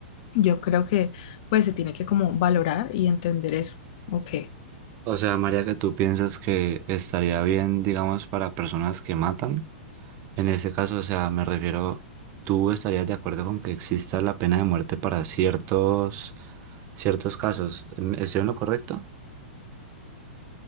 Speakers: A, on the left (about 45°); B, on the right (about 30°).
A: yo creo que pues se tiene que como valorar y entender eso. Ok.
B: O sea, María, que tú piensas que estaría bien, digamos, para personas que matan. En ese caso, o sea, me refiero, ¿tú estarías de acuerdo con que exista la pena de muerte para ciertos ciertos casos. ¿Em- ¿Estoy en lo correcto?